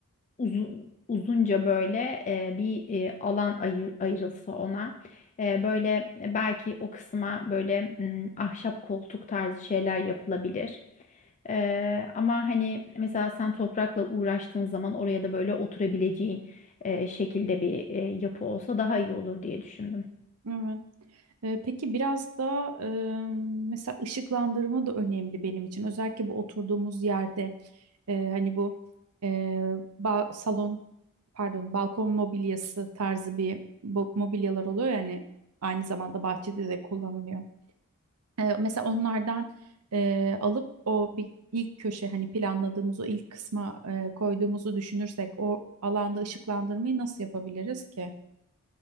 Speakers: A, on the left (about 35°); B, on the right (about 85°).
A: uzun uzunca böyle eee, bir eee, alan ayır, ayrılsa ona Eee, böyle belki o kısma böyle mm, ahşap koltuk tarzı şeyler yapılabilir. Eee, ama hani mesela sen toprakla uğraştığın zaman oraya da böyle oturabileceğin eee, şekilde bir eee, yapı olsa daha iyi olur diye düşündüm.
B: Evet. Ee, Peki biraz da e, mesela ışıklandırma da önemli benim için. Özellikle bu oturduğumuz yerde e, hani bu e, ba- salon pardon balkon mobilyası tarzı bir bo- mobilyalar oluyor yani aynı zamanda bahçede de kullanılıyor. Ee, mesela onlardan e, alıp o bir ilk köşe hani planladığımız o ilk kısma e, koyduğumuzu düşünürsek o alanda ışıklandırmayı nasıl yapabiliriz ki?